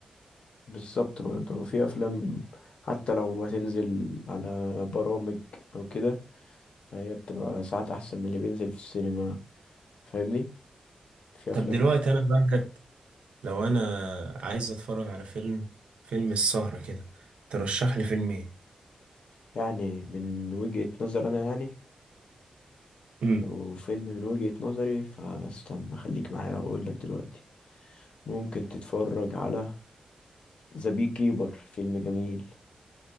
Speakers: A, on the left; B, on the right.
A: بالظبط برضه في افلام حتى لو هتنزل على برامج او كده فهي بتبقى ساعات احسن من اللي بينزل في السينما فاهمني في
B: طب
A: افلام
B: دلوقتي
A: ك-
B: انا بهجت لو انا عايز اتفرج على فيلم فيلم السهرة كده ترشح لي فيلم ايه
A: يعني من وجهة نظر انا يعني
B: امم
A: لو فيلم من وجهة نظري فاستنى خليك معايا واقول لك دلوقتي ممكن تتفرج على ذا بي كيبر فيلم جميل